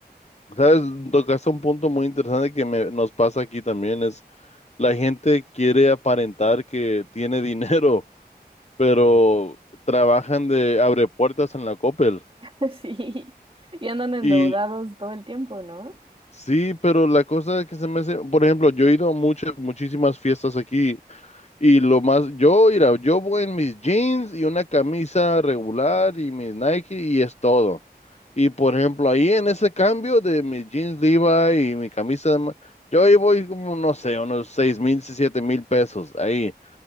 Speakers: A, on the left (about 40°); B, on the right (about 30°).
A: ¿Sabes? Tocaste un punto muy interesante que me- nos pasa aquí también, es la gente quiere aparentar que tiene <laughs> dinero, pero trabajan de abre puertas en la Coppel.
B: <laughs> Sí, y andan endeudados
A: Y
B: todo el tiempo, ¿no?
A: sí, pero la cosa que se me hace, por ejemplo, yo he ido a muchas, muchísimas fiestas aquí Y lo más, yo, mira, yo voy en mis jeans y una camisa regular y mis Nike y es todo. Y por ejemplo, ahí en ese cambio de mis jeans Levi y mi camisa, de ma- yo ahí voy como, no sé, unos seis mil, siete mil pesos ahí.